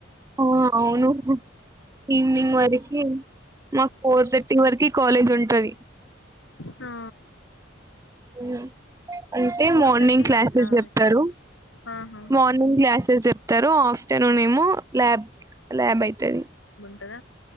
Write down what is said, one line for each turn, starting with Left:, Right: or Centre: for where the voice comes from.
Right: ఆ అవునవును ఈవినింగ్ వరకి మాకు ఫోర్ థర్టీ వరకి కాలేజ్ ఉంటది
Left: ఆ
Right: ఉమ్ అంటే
Left: ఫోర్
Right: మార్నింగ్
Left: థర్టీ
Right: క్లాసెస్
Left: వరకా
Right: చెప్తారు
Left: ఆహా
Right: మార్ణింగ్ క్లాసెస్ చెప్తరు ఆఫ్టర్నూన్ ఏమో ల్యాబ్ ల్యాబ్ అయితది
Left: అయితద